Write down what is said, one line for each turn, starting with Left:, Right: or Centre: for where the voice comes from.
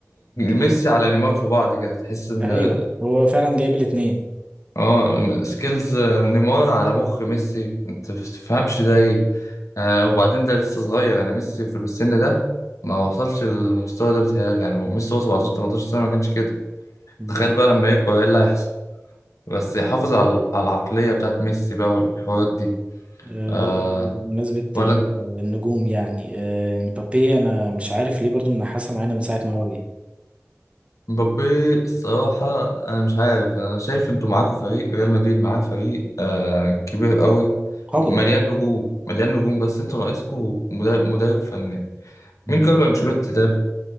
Right: ال...
Left: ميسي على نيمار في بعض كده تحس ان
Right: ايوه هو فعلا جايب الاثنين
Left: اه سكيلز آه، نيمار على مخ ميسي انت بتفهمش ده ايه آه، وبعدين ده لسه صغير يعني ميسي في السن ده ما وصلش للمستوى ده بتهيألي يعني ميسي هو 17 18 سنه ما كانش كده
Right: بالظبط
Left: تخيل بقى لما يكبر ايه اللي هيحصل بس يحافظ على على العقلية بتاعت ميسي بقى والحوارات دي
Right: آه،
Left: آه
Right: برضه بمناسبة
Left: ولا
Right: ال-
Left: انت-
Right: النجوم يعني آه، مبابي انا مش عارف ليه برضه منحاسة معانا من ساعة ما هو جه
Left: مبابي الصراحة أنا مش عارف أنا شايف أنتوا معاكوا فريق ريال مدريد معاه فريق آه كبير قوي
Right: قوي
Left: مليان نجوم مليان نجوم بس أنتوا ناقصكوا مدرب, مدرب فني
Right: مم.
Left: مين كارلو أنشيلوتي ده